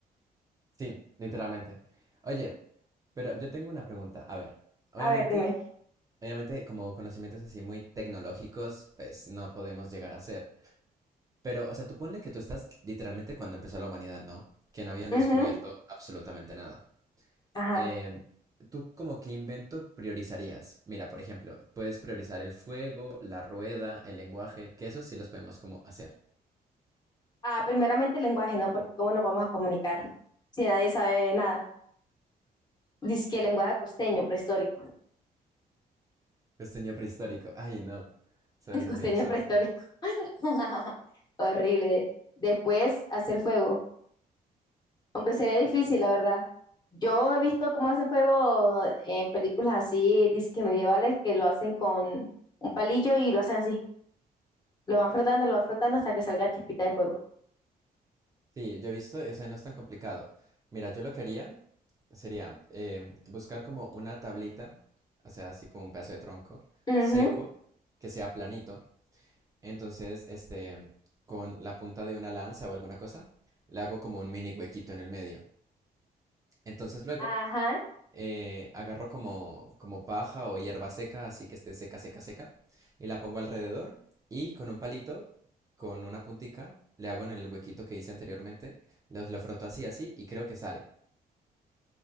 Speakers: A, on the right; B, on the left.
A: Sí, literalmente. Oye, pero yo tengo una pregunta. A ver, obviamente,
B: A ver, dime.
A: obviamente, como conocimientos así muy tecnológicos, pues no podemos llegar a ser. Pero, o sea, tú ponle que tú estás literalmente cuando empezó la humanidad, ¿no? Que no habían descubierto
B: Ujú,
A: absolutamente nada.
B: Ajá.
A: Em, ¿tú como qué invento priorizarías? Mira, por ejemplo, puedes priorizar el fuego, la rueda, el lenguaje, que eso sí los podemos como hacer.
B: Ah, primeramente el lenguaje, ¿no? Porque cómo nos vamos a comunicar si nadie sabe nada. Dice que el lenguaje costeño prehistórico. <laughs>
A: Costeño prehistórico. Ay, no. Eso
B: El
A: debe ser
B: costeño
A: muy exótico.
B: prehistórico. <laughs> Horrible. Después, hacer fuego. Aunque sería difícil, la verdad. Yo he visto cómo hacen fuego en películas así, disque medievales, que lo hacen con un palillo y lo hacen así. Lo van frotando, lo van frotando hasta que salga chispita de fuego.
A: Sí, yo he visto, o sea, no es tan complicado. Mira, yo lo que haría sería em, buscar como una tablita, o sea, así como un pedazo de tronco
B: Ujú,
A: seco, que sea planito. Entonces, este, con la punta de una lanza o alguna cosa, le hago como un mini huequito en el medio. Entonces, luego
B: Ajá.
A: eh, agarro como, como paja o hierba seca, así que esté seca, seca, seca, y la pongo alrededor y con un palito, con una puntica, le hago en el huequito que hice anteriormente, los, lo froto así, así, y creo que sale.